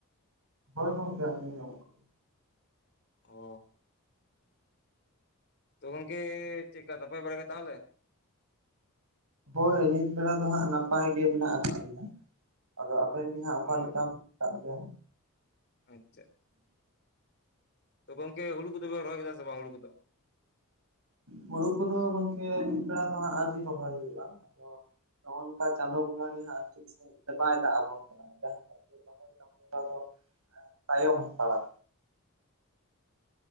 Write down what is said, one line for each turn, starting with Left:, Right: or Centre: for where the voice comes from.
Right: ᱦᱳᱭ ᱜᱚᱝᱠᱮ ᱟᱡᱚᱢ ᱧᱟᱢᱚᱜ ᱠᱟᱱᱟ᱾
Left: ᱚᱻ᱾ ᱛᱚ ᱜᱚᱝᱠᱮ ᱪᱮᱜ ᱠᱟ ᱱᱟᱯᱟᱭ ᱵᱟᱲᱟ ᱜᱮ ᱛᱟᱦᱚᱞᱮ?
Right: ᱦᱳᱭ ᱱᱤᱛ ᱵᱮᱲᱟ ᱫᱚ ᱦᱟᱸᱜ ᱱᱟᱯᱟᱭ ᱜᱮ ᱢᱮᱱᱟᱜ ᱟᱠᱟᱜ ᱞᱤᱧᱟ᱾ ᱟᱫᱚ ᱟᱵᱮᱱ ᱜᱮ ᱦᱟᱸᱜ ᱚᱠᱟ
Left: ᱚ
Right: ᱞᱮᱠᱟ ᱢᱮᱛᱟᱜ ᱵᱮᱱ᱾
Left: ᱟᱪᱪᱷᱟ᱾ ᱛᱚ ᱜᱚᱝᱠᱮ ᱦᱩᱲᱩ ᱠᱚᱫᱚ ᱵᱮᱱ ᱨᱚᱦᱚᱭ ᱠᱮᱫᱟ ᱥᱮ ᱵᱟᱝ ᱦᱩᱲᱩ ᱠᱚᱫᱚ᱾
Right: ᱦᱩᱲᱩ ᱠᱚᱫᱚ ᱜᱚᱝᱠᱮ ᱚᱱᱠᱟ ᱫᱚ ᱦᱟᱸᱜ ᱟᱹᱣᱨᱤ ᱨᱚᱦᱚᱭ ᱦᱩᱭᱩᱜ-ᱟ, ᱟᱫᱚ ᱱᱚᱜ-ᱚ ᱱᱚᱝᱠᱟ ᱪᱟᱸᱫᱳ ᱵᱚᱸᱜᱟ ᱜᱮ ᱦᱟᱸᱜ ᱴᱷᱤᱠ ᱥᱟᱺᱦᱤᱡ ᱛᱮ ᱵᱟᱭ ᱫᱟᱜ ᱟᱵᱚᱱ ᱠᱟᱱᱟ ᱡᱟᱦᱟᱸᱱᱟᱜ ᱜᱮ᱾ ᱨᱚᱦᱚᱭ ᱫᱚ <unintelligible> ᱛᱟᱭᱚᱢ ᱦᱟᱛᱟᱲᱟ᱾